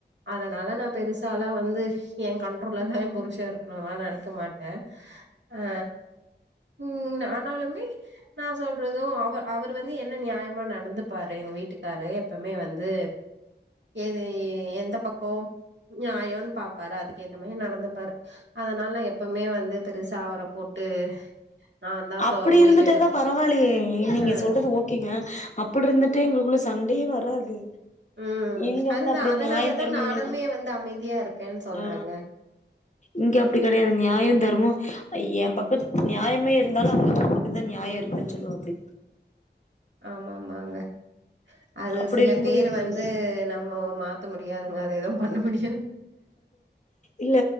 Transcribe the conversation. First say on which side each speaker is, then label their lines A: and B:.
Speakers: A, on the right (about 80°); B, on the left (about 40°).
A: அதனால நா பெருசாலா வந் ந்து ஏ கண்ட்ரோல்லதா ஏ புருஷே இருக்குணுல்லா நெனைக்க மாட்டே அ உம் ஆனாலுமே நா சொல்றதோ அவர் அவரு வந்து என்ன நியாமா நடந்துப்பாரு எங்க வீட்டுக்காரு எப்பமே வந்து எது இ எந்தப் பக்கோ நியாயோனு பாப்பாரு அதுக்கேத்த மாரி நடந்துப்பாரு அதனால நா எப்பவுமே வந்து பெருசா அவர போட்டு நாந்தா
B: அப்புடி
A: சோ முடிவு
B: இருந்துட்டேதா
A: எடுப்பே
B: பரவாலயே நீங்க
A: ஆ
B: சொல்றது ஓகேங்க அப்புடுரிந்துட்டு எங்களுகுள்ள சண் சண்டயே வராது
A: ம்
B: இங்க
A: அதுதா
B: வந்து அப்டின்
A: அதனாலதா
B: நியாயோ தர்மோன்லா
A: நானுமே வந்து அமைதியா இருக்கேன்னு சொல்றேங்க
B: ஆ இங்க அப்டி கெடையாது நியாயோ தர்மோ ஏ பக்கோ நியாமே இருக் ந்தாலு அவுங்க <unintelligible> நியாயோ இருக்குதுன்னு சொல்லுவா அப்டீ
A: ஆமா ஆம் மாங்க அது
B: அப்படி
A: சிலப்பேரு
B: இருக்கும்போது எப்படி
A: வந்து நம்மோ மாத்த மு ப்யாதுங்க அது ஏதும் பண்ண முடி
B: இல்ல